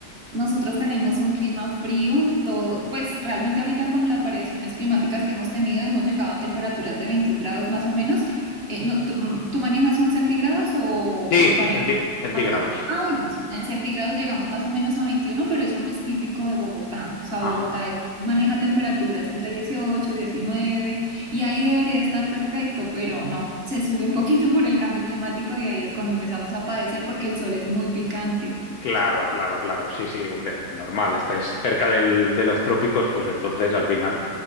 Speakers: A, on the right; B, on the left.
A: Nosotros tenemos un clima frío, todo, pues realmente ahorita con las variaciones climáticas que hemos tenido hemos llegado a temperaturas de 21 grados más o menos. Eh, no, ¿tú, mm, tú manejas son centígrados o, o
B: Sí,
A: Fahrenheit?
B: centí- centígrados.
A: Ah, ok. Ah, bueno, sí, en centígrados llegamos más o menos a 21, pero eso no es típico de Bogotá. O sea,
B: Ajá.
A: Bogotá eh, maneja temperaturas entre 18 y 19 y ahí debería estar perfecto, pero no, se sube un poquito <laughs> por el cambio climático y ahí es cuando empezamos a padecer porque el sol es muy picante.
B: Claro, claro, claro. Sí, sí, hombre, normal. Estáis cerca del- de los trópicos, pues entonces al final